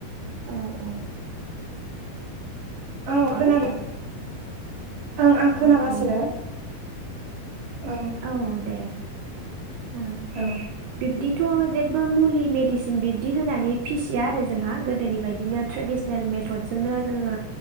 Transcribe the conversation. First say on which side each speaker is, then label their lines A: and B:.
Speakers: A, on the right; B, on the right.
A: औ औ
B: औ
A: हेलौ
B: खोनादों ओ आं खोनागासिनो
A: औ औ
B: ओं
A: औ दे ओ
B: ओं
A: बिब्दिथ' जेबो मुलि मेडिसिन बिब्दि होनानै फिसिया आरो जोंहा गोदोनि बायदिनो ट्रेडिसनेल मेथदजोंनो जोङो